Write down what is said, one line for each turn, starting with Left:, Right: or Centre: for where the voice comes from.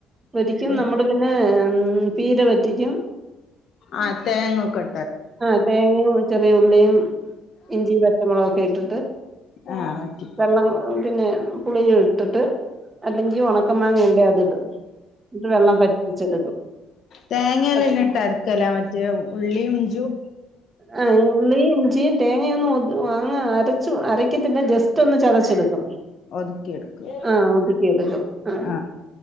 Right: പൊരിക്കും
Left: പൊ
Right: നമ്മള് പിന്നെ ഉം പീര പറ്റിക്കും
Left: ആ തെങ്ങൊക്കെ
Right: ആഹ് തേങ്ങയും ചെറിയ ഉള്ളിയും ഇഞ്ചി പച്ചമുളകും ഒക്കെ ഇട്ടിട്ട്
Left: ആഹ് പറ്റി
Right: വെള്ളം ഏഹ് പിന്നെ പുളിയും ഇട്ടിട്ട് അല്ലെങ്കിൽ ഒണക്ക മാങ്ങ ഉണ്ടേ അത് ഇടും എന്നിട്ട് വെള്ളം പറ്റിച്ചെടുക്കും
Left: തേങ്ങെല്ലാം
Right: അപ്പൊ
Left: ഇന്നിട്ടരക്കലാ മറ്റേ ഉള്ളിയും ഇഞ്ചീം
Right: ആ ഉള്ളിയും ഇഞ്ചിയും തേങ്ങയൊന്നും ഒത് അങ്ങ് അരച്ചു അരക്കത്തില്ല ജസ്റ്റ് സ്റ്റൊന്ന് ചതച്ചെടുക്കും
Left: ഒതുക്കിയെടുക്കും
Right: ആഹ് ഒതുക്കി എടുക്കും ആ
Left: ആഹ്